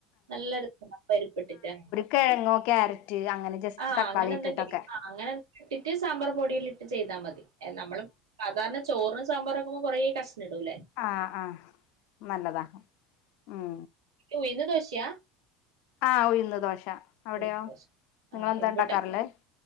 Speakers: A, on the right; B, on the left.
A: നല്ലൊ രസം പരിപ്പ് ഇട്ടിട്ട്
B: കെഴങ്ങോ ക്യാരറ്റ് അങ്ങനെ ജസ്റ്റ്
A: ആഹ്
B: തക്കാളി
A: അങ്ങനെ എന്തെങ്കിലും
B: ഇട്ടിട്ടൊക്കെ
A: ആഹ് അങ്ങനെ ഇട്ടിട്ട് സാമ്പാറ് പൊടീല് ഇട്ട് ചെയ്താ മതി. നമ്മളും സാധാരണ ചോറ്ന് സാമ്പാറ് വെക്കുമ്പോ കൊറേ കഷ്ണം ഇടൂല്ലേ
B: ആഹ് ആഹ് നല്ലതാ ഉം
A: ഈ ഉയുന്ന് ദോശയാ
B: ആഹ് ഉഴ്ന്ന് ദോശ അവിടെയോ
A: ഉഴുന്ന് ദോശ ആ
B: നിങ്ങളെന്താ
A: ഇവിടെ
B: ഇണ്ടാക്കാറ് ഉള്ളേ